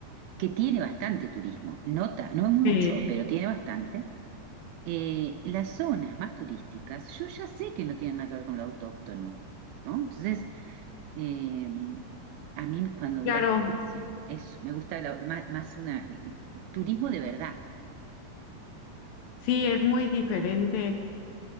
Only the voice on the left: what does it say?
Eh,
claro,
sí, es muy diferente